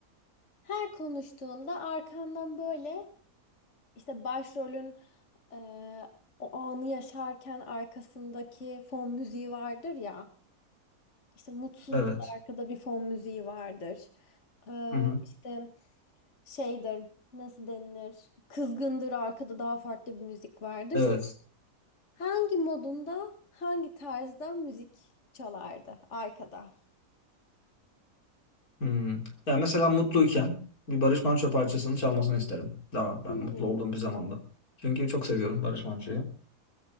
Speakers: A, on the left; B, on the left.
A: Her konuştuğunda arkandan böyle işte başrolün e, o anı yaşarken arkasındaki fon müziği vardır ya. İşte mutsuzluk
B: Evet.
A: arkada bir fon müziği vardır. E,
B: Hı hı.
A: işte şeydir nasıl denilir? Kızgındır arkada daha farklı bir müzik vardır.
B: Evet.
A: Hangi modunda, hangi tarzda müzik çalardı arkada?
B: Hı. Ya mesela mutluyken bir Barış Manço parçasını çalmasını isterim. Daha ben
A: Hmm.
B: mutlu olduğum bir zamanda. Çünkü çok seviyorum Barış Manço'yu.